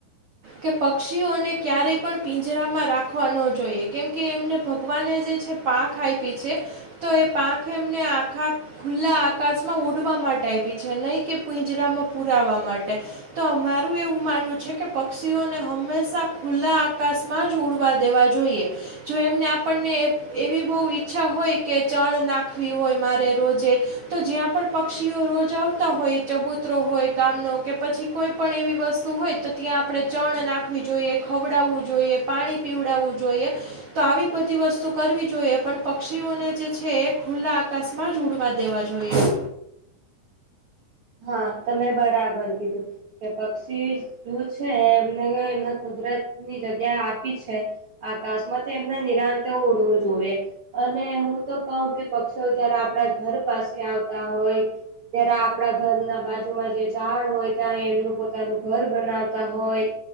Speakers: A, on the right; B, on the right.
A: કે પક્ષીઓને ક્યારે પણ પીંજરામાં રાખવા ન જોઈએ કેમ કે એમને ભગવાને જે છે પાંખ આઈપી છે તો એ પાંખ એમને આખા ખુલ્લા આકાશમાં ઉડવા માટે આયપી છે નહીં કે પીંજરામાં પુરાવા માટે તો અમારું એવું માનવું છે કે પક્ષીઓને હંમેશા ખુલ્લા આકાશ માં જ ઉડવા દેવા જોઈએ જો એમને આપણને એવી બહુ ઈચ્છા હોય કે ચણ નાખવી હોય મારે રોજે તો જ્યાં પણ પક્ષીઓ રોજ આવતા હોય ચબુતરો હોય ગામનો કે પછી કોઈ પણ એવી વસ્તુ હોય તો ત્યાં આપણે ચણ નાખવી જોઈએ ખવડાવવું જોઈએ પાણી પીવડાવવું જોઈએ તો આવી બધી વસ્તુ કરવી જોઈએ પણ પક્ષીઓને છે એ ખુલ્લા આકાશમાં જ ઉડવા દેવા જોઈએ
B: હા તમે બરાબર કીધું. કે પક્ષી જો છે એમને એમને કુદરતની જગ્યાએ આપી છે. આકાશમાંથી એમના નિરાંત ઓળવું જોઈએ. અને હું તો કહુ કે પક્ષી જયારે આપણા ઘર પાસે આવતા હોય. ત્યાર આપ આપણા ઘરના બાજુમાં જે ઝાડ હોય ત્યાં એમનું પોતાનું ઘર બનાવતા હોય.